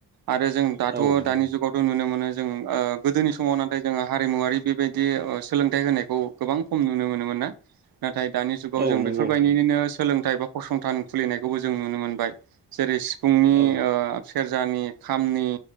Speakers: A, on the right; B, on the right.
A: आरो जों दाथ'
B: औ नंगौ
A: दानि जुगावथ' नुनो मोनो जों ओ गोदोनि समाव नाथाय जोंङो हारिमुवारि बेबायदि ओ सोलोंथाइ होनायखौ गोबां खम नुनो मोनोमोन। ना नाथाय दानि जुगाव
B: औ
A: जों
B: नंगौ
A: बेफोरबायदियैनो
B: नोंथां
A: सोलोंथाइ बा फसंथान खुलिनायखौबो जों नुनो मोनबाय जेरै सिफुंनि
B: औ
A: ओ सेरजानि खामनि।